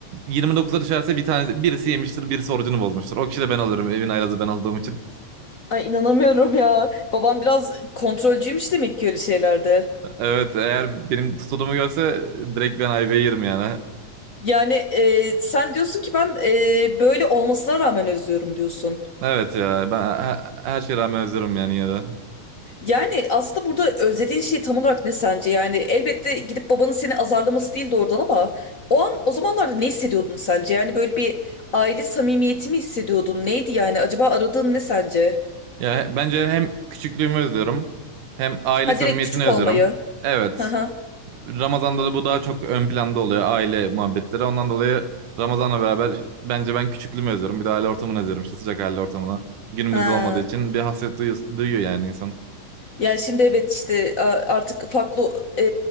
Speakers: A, on the right; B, on the left.
A: 29'a düşerse bir tanesi birisi yemiştir, birisi orucunu bozmuştur. O kişi de ben alırım. Evin aylazı ben olduğum için.
B: Ay inanamıyorum ya. Babam biraz kontrolcüymüş demek ki öyle şeylerde.
A: Evet, eğer benim tutulduğumu görse direkt ben ayvayı yerim yani.
B: Yani e, sen diyorsun ki ben e, böyle olmasına rağmen özlüyorum diyorsun.
A: Evet ya ben he- her şeye rağmen özlüyorum yani yine de.
B: Yani aslında burada özlediğin şey tam olarak ne sence? Yani elbette gidip babanın seni azarlaması değildi oradan ama o an o zamanlarda ne hissediyordun sence? Yani böyle bir aile samimiyeti mi hissediyordun? Neydi yani? Acaba aradığın ne sence?
A: Ya he- bence hem küçüklüğümü özlüyorum hem aile
B: Ha
A: samimiyetini
B: direkt küçük
A: özlüyorum.
B: olmayı.
A: Evet.
B: Ha ha.
A: Ramazan'da da bu daha çok ön planda oluyor aile muhabbetleri. Ondan dolayı Ramazan'la beraber bence ben küçüklüğümü özlüyorum. Bir de aile ortamını özlüyorum işte sıcak aile ortamını. Günümüzde
B: Ha.
A: olmadığı için bir hasret duyuyor, duyuyor yani insan.
B: Yani şimdi evet işte a- artık farklı e,